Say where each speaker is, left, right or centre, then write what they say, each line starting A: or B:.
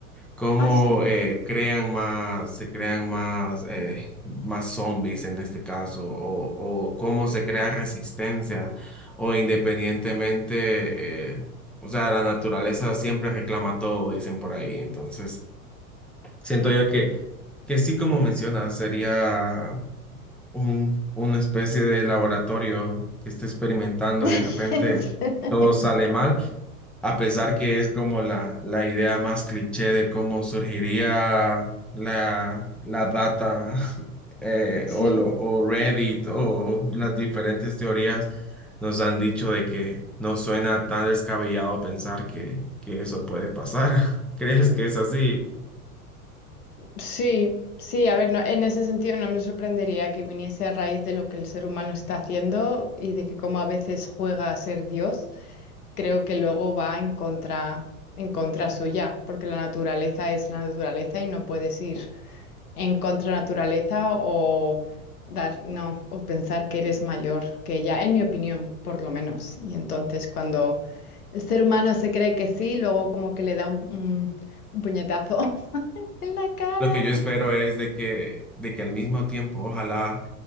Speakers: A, in the centre; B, on the left (about 80°).
A: cómo
B: Ah, sí.
A: eh, crean más, se crean más, eh, más zombies en este caso, o, o cómo se crea resistencia, o independientemente, eh, o sea, la naturaleza siempre reclama todo, dicen por ahí. Entonces, siento yo que, que sí, como mencionas, sería un, una especie de laboratorio que esté experimentando
B: <laughs>
A: y de repente todo sale mal a pesar que es como la, la idea más cliché de cómo surgiría la, la data <laughs> eh,
B: Sí.
A: o, lo- o Reddit o las diferentes teorías nos han dicho de que no suena tan descabellado pensar que, que eso puede pasar. <laughs> ¿Crees que es así?
B: Sí, sí, a ver, no- en ese sentido no me sorprendería que viniese a raíz de lo que el ser humano está haciendo y de que como a veces juega a ser Dios, creo que luego va en contra, en contra suya, porque la naturaleza es la naturaleza y no puedes ir en contra naturaleza o dar, no, o pensar que eres mayor que ella, en mi opinión, por lo menos. Y entonces cuando el ser humano se cree que sí, luego como que le da un, un un puñetazo <laughs> en la cara.
A: Lo que yo espero es de que, de que al mismo tiempo, ojalá